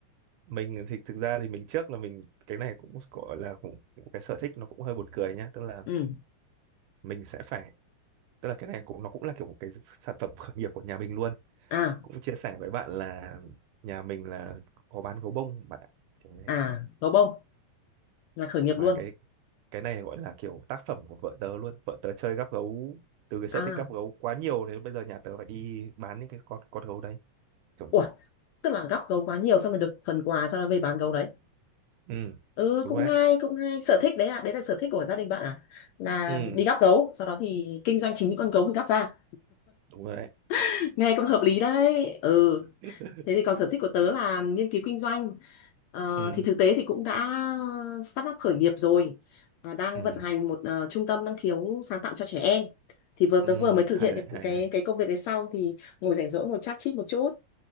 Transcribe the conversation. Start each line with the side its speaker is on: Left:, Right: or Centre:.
Right: Mình thì thực ra thì mình trước là mình cái này cũng gọi là cũng, cũng cái sở thích nó cũng hơi buồn cười nhá, tức là
Left: ừ
Right: mình sẽ phải tức là cái này cũng nó cũng là kiểu một cái sản phẩm khởi nghiệp của nhà mình luôn
Left: à
Right: cũng chia sẻ với bạn là nhà mình là có bán gấu bông bạn ạ kiểu như thế
Left: à gấu bông là khởi nghiệp
Right: mà
Left: luôn
Right: cái cái này gọi là kiểu tác phẩm của vợ tớ luôn vợ tớ chơi gắp gấu từ cái sở
Left: à
Right: thích gắp gấu quá nhiều thế bây giờ nhà tớ phải đi bán những cái con con gấu đấy kiểu như
Left: ủa
Right: vậy
Left: tức là góp gấu quá nhiều xong rồi được phần quà sau đó về bán gấu đấy
Right: ừ
Left: ừ
Right: đúng
Left: cũng
Right: rồi
Left: hay
Right: đấy
Left: cũng hay sở thích đấy à đấy là sở thích của gia đình bạn à là
Right: ừ
Left: đi gắp gấu sau đó thì kinh doanh chính những con gấu mình gắp ra
Right: đúng rồi đấy
Left: <laughs> nghe cũng hợp lý đấy ừ
Right: <laughs>
Left: Thế thì còn sở thích của tớ là nghiên cứu kinh doanh. Ờ,
Right: ừ
Left: thì thực tế thì cũng đã start up khởi nghiệp rồi và đang
Right: ừ
Left: vận hành một ờ, trung tâm năng khiếu sáng tạo cho trẻ em. Thì vừa
Right: ừ
Left: tớ vừa mới thực
Right: hay
Left: hiện
Right: đấy
Left: cái
Right: hay
Left: cái
Right: hay
Left: cái công việc đấy xong thì ngồi rảnh rỗi ngồi chat chít một chút.